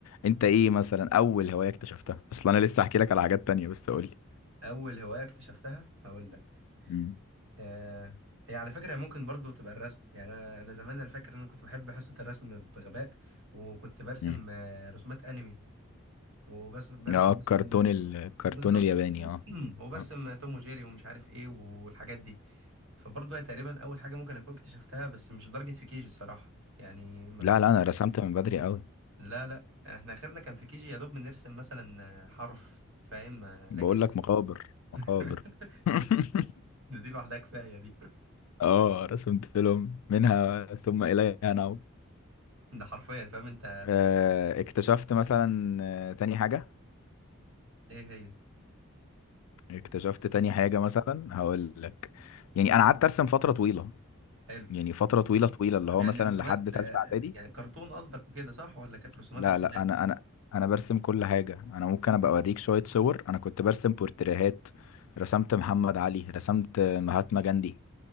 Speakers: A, on the left; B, on the right.
A: انت ايه مثلا اول هواية اكتشفتها اصلا انا لسه هحكي لك على حاجات تانية بس قول لي
B: اول هوايه اكتشفتها هقول لك
A: مم.
B: آه هي على فكرة ممكن برضو تبقى الرسم يعني أنا أنا زمان أنا فاكر إن أنا كنت بحب حصة الرسم بغباء وكنت برسم
A: مم.
B: آه، رسومات أنمي وبس برسم
A: اه الكرتون
B: مثلا آه،
A: ال- الكرتون
B: بالظبط
A: الياباني اه
B: <clears throat> وبرسم
A: آه.
B: آه، توم وجيري ومش عارف إيه والحاجات دي فبرضو هي تقريبا أول حاجة ممكن أكون اكتشفتها بس مش لدرجة في كيجي الصراحة يعني مف...
A: لا لا انا رسمت من بدري قوي
B: لا لا إحنا آخرنا كان في كيجي يا دوب بنرسم مثلا آه، حرف فاهم آه،
A: بقول
B: لكن
A: لك مقابر
B: <laughs>
A: مقابر <laughs>
B: ده دي لوحدها كفاية دي
A: اه رسمت لهم منها ثم اليها نعود
B: <laughs> ده حرفيا فاهم أنت
A: آه، اكتشفت مثلا آه، تاني حاجة
B: إيه هي
A: اكتشفت تاني حاجة مثلا هقول لك يعني انا قعدت ارسم فترة طويلة
B: حلو
A: يعني فترة طويلة طويلة اللي
B: طب
A: هو
B: يعني
A: مثلا
B: رسومات
A: لحد تالتة
B: آه،
A: إعدادي
B: يعني كرتون قصدك وكده صح ولا كانت رسومات
A: لا
B: رسومات
A: لا أنا أنا أنا برسم كل حاجة أنا ممكن أبقى أوريك شوية صور أنا كنت برسم بورتريهات رسمت محمد علي رسمت مهاتما جاندي